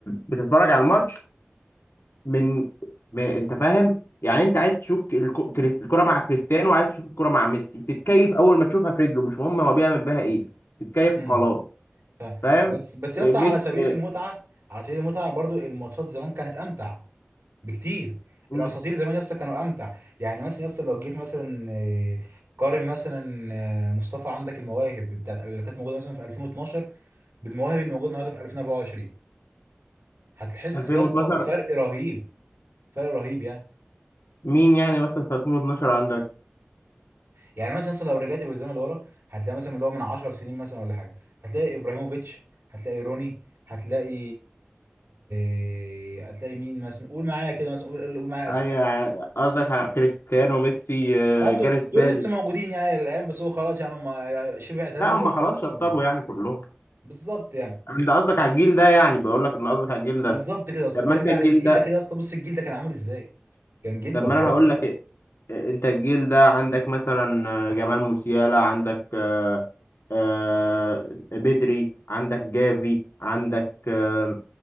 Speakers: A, on the left; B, on the right.
A: بتتفرج على الماتش من ما انت فاهم يعني انت عايز تشوف ك- الك- كريس- الكرة مع كريستيانو وعايز تشوف الكرة مع ميسي تتكيف اول ما تشوفها في رجله مش مهم هو بيعمل بيها ايه تتكيف
B: امم
A: وخلاص فاهم
B: بس بس
A: إيه،
B: يسطا
A: ميسي
B: على سبيل
A: إيه،
B: المتعه على سبيل المتعه برضو الماتشات زمان كانت امتع بكتير
A: مم،
B: الاساطير زمان يسطا كانوا امتع يعني مثلا يسطا لو جيت مثلا آه، قارن مثلا آه، مصطفى عندك المواهب بتاعت اللي كانت موجوده مثلا في 2012 بالمواهب اللي موجوده النهارده في 2024 هتحس
A: 2012
B: يسطا بفرق رهيب فرق رهيب يعني
A: مين يعني مثلا في 2012 عندك
B: يعني مثلا اصلا لو رجعت بالزمن لورا هتلاقي مثلا اللي هو من 10 سنين مثلا ولا حاجه هتلاقي ابراهيموفيتش هتلاقي روني هتلاقي آه، هتلاقي مين مثلا قول معايا كده مثلا قول قول معايا
A: ايوه
B: اسماء
A: قصدك على كريستيانو ميسي آه،
B: آه، دول
A: جاريث بيل
B: دول لسه موجودين يعني الايام بس هو خلاص يعني هم آه، آه، شبه اعتزلوا
A: لا هم
B: بس
A: خلاص
B: هم لسه
A: شطبوا
B: موجودين
A: يعني كلهم
B: بالظبط يعني
A: انت قصدك على الجيل ده يعني بقول لك ان قصدك على الجيل
B: بالظبط
A: ده
B: كده اصلا
A: طب ما انت
B: ارجع
A: الجيل
B: للجيل
A: ده
B: ده كده اصلا بص الجيل ده كان عامل ازاي كان جيل
A: طب
B: جبار
A: ما انا هقول لك إيه. إيه، انت الجيل ده عندك مثلا آه، جمال موسيالا عندك آه، آه، بدري عندك جافي عندك آه،